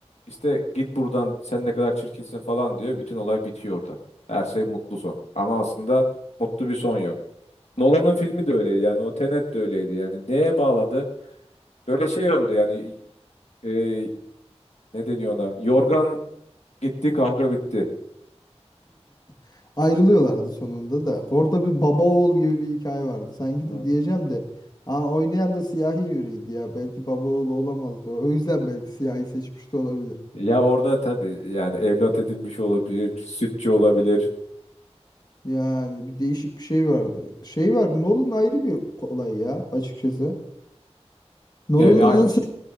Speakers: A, on the left (about 75°); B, on the left (about 35°).
A: işte git buradan sen ne kadar çirkinsin falan diyor bütün olay bitiyor orada her şey mutlu son ama aslında mutlu bir son yok Nolan'ın filmi de öyleydi yani o Tenet de öyleydi yani neye bağladı böyle şey oldu yani e, ne deniyor ona yorgan gitti kavga bitti
B: <laughs> Ayrılıyorlardı sonunda da. Orada bir baba oğul gibi bir hikaye vardı. Sanki
A: Hı.
B: de diyeceğim de aa, oynayan da siyahi biriydi ya. Belki baba oğlu olamazdı. O O yüzden belki siyahi seçmiş de olabilir.
A: ya orada tabii yani evlat edinmiş olabilir sütçü olabilir
B: Yani bir değişik bir şey vardı. Şey vardı. Nolan ayrı bir olay ya açıkçası. Nolan'ın
A: e, e, aynen
B: en sev